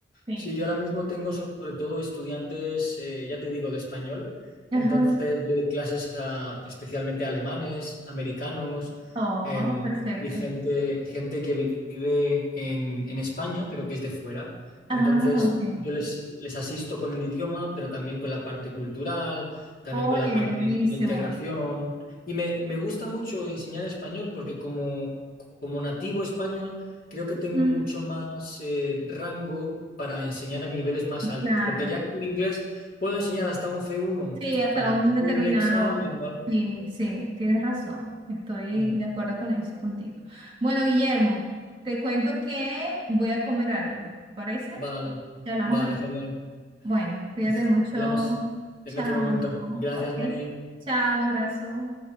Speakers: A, on the right (about 30°); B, on the left (about 50°).
A: sí.
B: Sí, yo ahora mismo tengo sobre todo estudiantes, eh, ya te digo, de español.
A: Ajá.
B: Entonces doy clases a especialmente a alemanes, americanos
A: Oh,
B: em,
A: perfecto.
B: y gente, gente que vive en, en España, pero que es de fuera.
A: Ah,
B: Entonces
A: ok.
B: yo les, les asisto con el idioma, pero también con la parte cultural, también
A: Oye,
B: con la parte
A: buenísimo.
B: de, de integración. Y me, me gusta mucho enseñar español porque como, como nativo español creo que tengo
A: Ujú.
B: mucho más eh, rango para enseñar a niveles más altos,
A: Claro.
B: porque ya en inglés puedo enseñar hasta un C1
A: Sí, hasta
B: para
A: un
B: hacer
A: determinado.
B: un examen. o al-
A: Sí, sí, tienes razón. Estoy
B: Mm,
A: de acuerdo con eso contigo. Bueno, Guillermo, te cuento que voy a comer algo. ¿Te parece?
B: vale,
A: Ya hablamos
B: vale,
A: de...
B: genial.
A: Bueno, cuídate
B: Pues
A: mucho.
B: hablamos en
A: Chao.
B: otro momento. Gracias,
A: Ok.
B: Mary.
A: Chao, un abrazo.